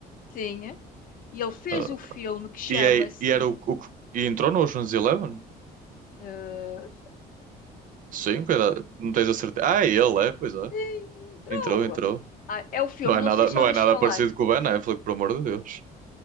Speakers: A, on the left (about 55°); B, on the right (about 50°).
A: Sim. E ele fez
B: ah,
A: o filme que chama-se.
B: E, é, e era o, o que- e entrou no Ocean's Eleven?
A: eh,
B: Sim, pera não tens a certeza. Ah, é ele é, pois é.
A: sim, droga.
B: Entrou, entrou.
A: Ah, é o filme,
B: Não é
A: não
B: nada,
A: sei se
B: não
A: já ouviste
B: é nada
A: falar.
B: parecido com o Ben Affleck, por amor de Deus.